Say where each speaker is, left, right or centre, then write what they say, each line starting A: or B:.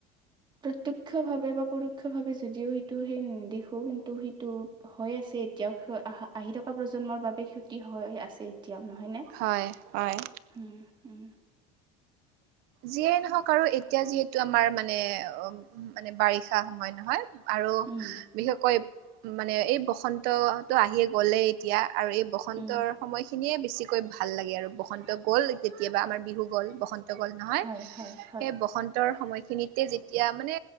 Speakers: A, on the right (about 25°); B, on the right (about 60°).
A: প্ৰত্যক্ষভাৱে বা পৰোক্ষ ভাৱে যদিও সিটো সেই দেখো কিন্তু সিটো হৈ আছে এতিয়াও স আহা আহি থকা প্ৰজন্মৰ বাবে ক্ষতি হৈ আছে, এতিয়াও নহয়নে?
B: হয়। হয়।
A: উম। উম।
B: যিয়েই নহওক আৰু এতিয়া যিহেতু আমাৰ মানে উ, মানে বাৰিষা সময় নহয়। আৰু
A: উম,
B: বিশেষকৈ মানে এই বসন্ত টো আহি গ'লেই। এতিয়া আৰু এই বসন্তৰ
A: উম,
B: সময় খিনিয়ে বেছিকৈ ভাল লাগে আৰু বসন্ত গ'ল যেতিয়াবা আমাৰ বিহু, গ'ল। বসন্ত হয় গ'ল নহয়
A: হয়, হয়, হয়,
B: সেই বসন্তৰ সময়খিনিত যেতিয়া মানে